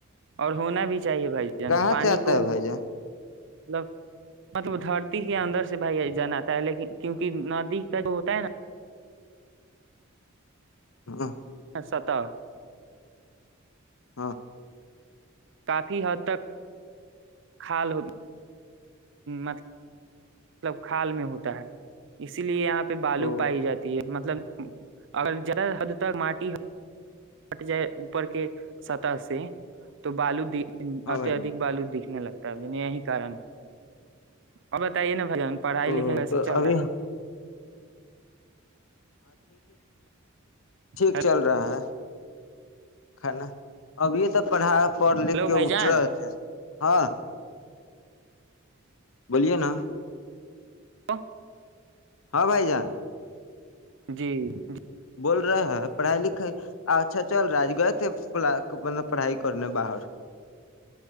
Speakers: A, on the right; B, on the left.
A: اور ہونا بھی چاہیے بھائی جان
B: کہاں
A: پانی
B: سے آتا
A: کو
B: ہے بھائی جان
A: مطلب مطلب دھرتی کے اندر سے بھائی جان آتا ہے لیکن کیونکہ ندی کا جو ہوتا ہے نا
B: ہ
A: ستا
B: ہاں
A: کافی حد تک کھا لو مطلب کھال میں ہوتا ہے اسی لیے یہاں پہ بالو
B: او
A: پائی جاتی ہے مطلب اگر حد تک ماٹی ہٹ جائے اوپر کے سطح سے تو بالو دی
B: ہاں
A: ا
B: بھائی
A: ادک
B: جان
A: بالو دیک لگتا ہے یہی کن ہے اور بتائیے نا پڑھائی
B: او
A: لکھائی کیسے
B: تو
A: چل
B: ابھی
A: رہا ہے
B: ٹھیک
A: ہے
B: چل رہا ہے کھانا اب یہ سب پڑھا پڑھ لکھ
A: ہیلو
B: کے
A: بھائی
B: اٹھ
A: جان
B: رہے تھے ہاں بولیے نا
A: و <inaudible>
B: ہاں بھائی جان
A: جی جی
B: بول رہے ہیں پڑھائی لکھائی اچھا چل راج گئے تھے مطلب <unintelligible> پڑھائی کرنے باہر